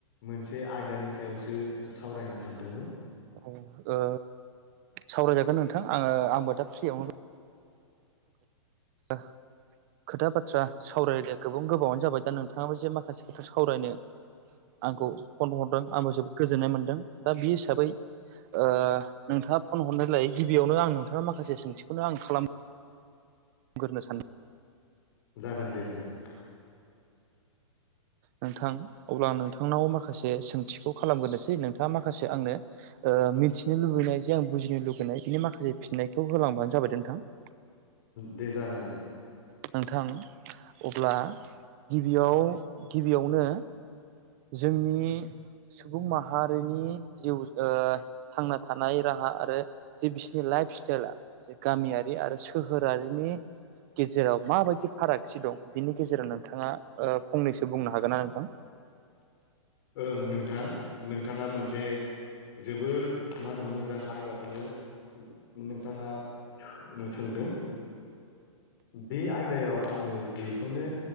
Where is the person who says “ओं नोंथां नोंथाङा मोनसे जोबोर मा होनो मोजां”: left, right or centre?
Left